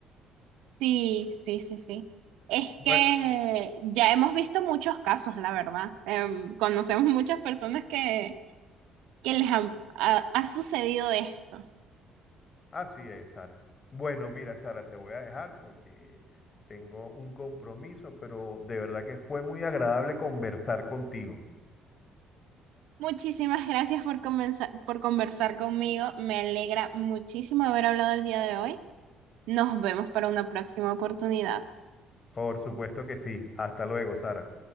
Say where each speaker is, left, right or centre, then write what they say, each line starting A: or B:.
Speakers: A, on the right (about 70°); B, on the left (about 40°).
A: Sí, sí, sí, sí. Es
B: Bueno,
A: que ya hemos visto muchos casos, la verdad. Em, conocemos muchas personas que que les ha, ha- ha sucedido esto.
B: así es, Sara. Bueno, mira, Sara, te voy a dejar porque tengo un compromiso, pero de verdad que fue muy agradable conversar contigo.
A: Muchísimas gracias por, comenza- por conversar conmigo. Me alegra muchísimo haber hablado el día de hoy. Nos vemos para una próxima oportunidad.
B: Por supuesto que sí. Hasta luego, Sara.